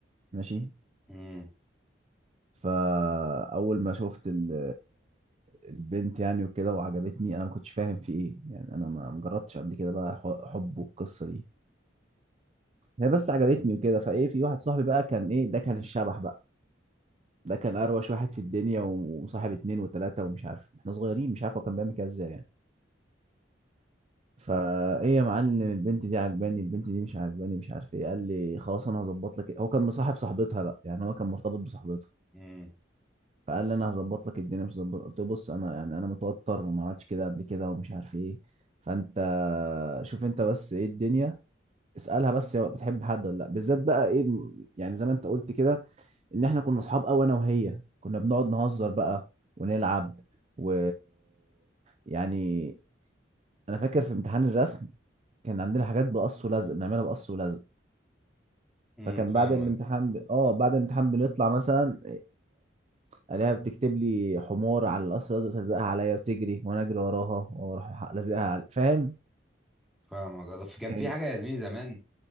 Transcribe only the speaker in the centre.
امم
امم
امم
فاهمك
فاهمك أضف- كان
في حاجه يا زميلي زمان